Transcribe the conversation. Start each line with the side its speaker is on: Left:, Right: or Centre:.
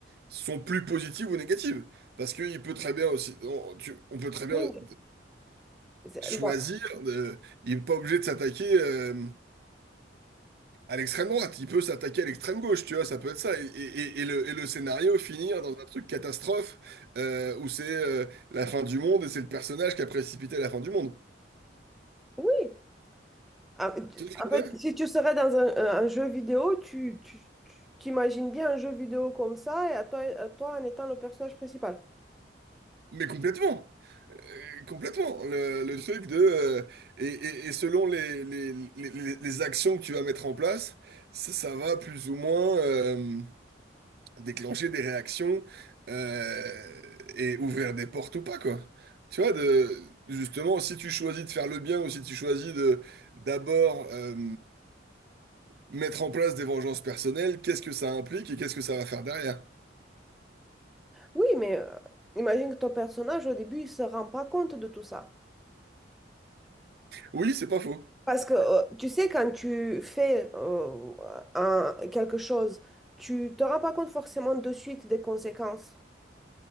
Right: sont plus positives ou négatives. Parce qu'il peut très bien aussi, on, tu- on peut très bien
Centre: oui
Right: euh,
Centre: mais c'est-
Right: choisir,
Centre: la-
Right: de- il n'est pas obligé de s'attaquer euh, à l'extrême droite, il peut s'attaquer à l'extrême gauche, tu vois, ça peut être ça. Et, et- et le, et le scénario finir dans un truc catastrophe euh, où c'est euh, la fin du monde et c'est le personnage qui a précipité la fin du monde.
Centre: oui En en
Right: Tu vois ce que je
Centre: fait,
Right: veux dire
Centre: si tu serais dans un, euh, un- jeu vidéo, tu, tu, tu t'imagines bien un jeu vidéo comme ça et à toi, à toi en étant le personnage principal.
Right: Mais complètement, Euh, complètement. Le, le truc de euh, et, et- et selon les, les, les- les- les actions que tu vas mettre en place, ça, ça va plus ou moins euh, déclencher des réactions euh, et ouvrir des portes ou pas quoi. Tu vois, de, justement, si tu choisis de faire le bien ou si tu choisis de d'abord euh, mettre en place des vengeances personnelles, qu'est-ce que ça implique et qu'est-ce que ça va faire derrière?
Centre: Oui, mais euh, imagine que ton personnage, au début, il se rend pas compte de tout ça.
Right: Oui, c'est pas faux.
Centre: Parce que euh, tu sais, quand tu fais euh, un- quelque chose, tu te rends pas compte forcément de suite des conséquences.